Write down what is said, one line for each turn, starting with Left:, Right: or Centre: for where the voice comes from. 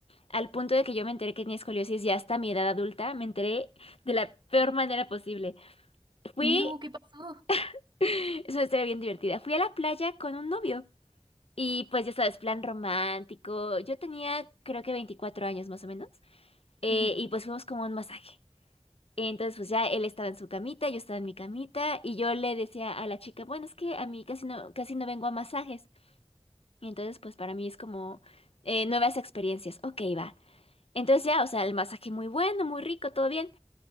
Left: al punto de que yo me enteré que tenía escoliosis ya hasta mi edad adulta. Me enteré de la peor manera posible. Fui,
Right: no, ¿qué pasó?
Left: <laughs> es una historia bien divertida. Fui a la playa con un novio. Y pues ya sabes, plan romántico. Yo tenía creo que 24 años más o menos. eh,
Right: Ujú,
Left: y pues fuimos como a un masaje. Entonces pues ya él estaba en su camita, yo estaba en mi camita y yo le decía a la chica, bueno, es que a mí casi no, casi no vengo a masajes. Y entonces pues para mí es como eh, nuevas experiencias. Ok, va. Entonces ya, o sea, el masaje muy bueno, muy rico, todo bien.